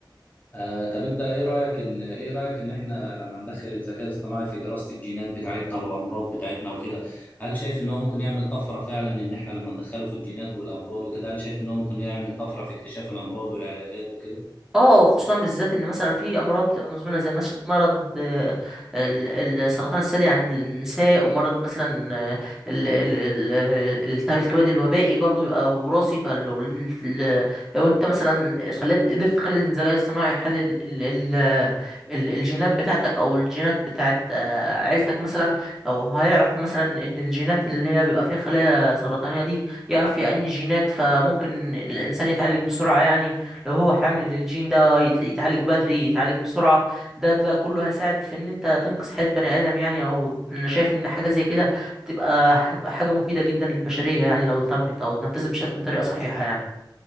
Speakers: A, on the left; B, in the centre.
A: آه، طب انت ايه رايك ان ايه رايك ان احنا لما ندخل الذكاء الاصطناعي في دراسه الجينات بتاعتنا والامراض بتاعتنا وكده هل شايف ان هو ممكن يعمل طفره فعلا ان احنا لما ندخله في الجينات والامراض وكده هل شايف ان هو ممكن يعمل طفره في اكتشاف الامراض والعلاجات وكده
B: اه خصوصا بالذات ان مثلا في امراض بتبقى مزمنه زي مش- مرض آه، ال- ال- السرطان الثدي عند النساء ومرض مثلا آه، ال- ال- ال- ال- التهاب الكبد الوبائي برضو يبقى وراثي فلو ال- ال- لو انت مثلا خليت قدرت تخلي الذكاء الاصطناعي يحلل ال- ال- ال- الجينات بتاعتك او الجينات بتاعت آه، عيلتك مثلا او هيعرف مثلا ان الجينات اللي هي بيبقى فيها خلايا سرطانيه دي يعرف يعني الجينات فممكن الانسان يتعالج بسرعه يعني لو هو حامل للجين ده يت- يتعالج بدري يتعالج بسرعة ده ده كله هيساعد في ان انت تنقذ حياة بني ادم يعني او انا شايف ان حاجة زي كده هتبقى هتبقى حاجة مفيدة جدا للبشرية يعني لو تمت او اتنفذت بش- بطريقة صحيحة يعني